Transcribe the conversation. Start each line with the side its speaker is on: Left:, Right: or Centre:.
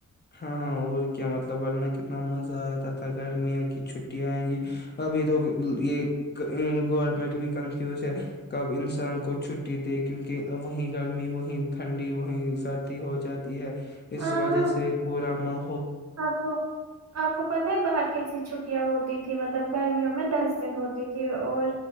Left: ہاں اور کیا مطلب ورنہ کتنا مزہ آتا تھا گرمیاں کی چھٹیاں آئیں گی ابھی تو یہ گورنمنٹ بھی کنفیوز ہے کب انسان کو چھٹی دے کیونکہ وہیں گرمی وہیں ٹھنڈی وہیں سردی ہو جاتی ہے اس
Right: ہاں
Left: وجہ سے تامہ
Right: آپ کو آپ کو پت ہے باہر کیسی چھٹیاں ہوتی تھھی مطلب گرمیوں میں دس دن ہوتی تھی اور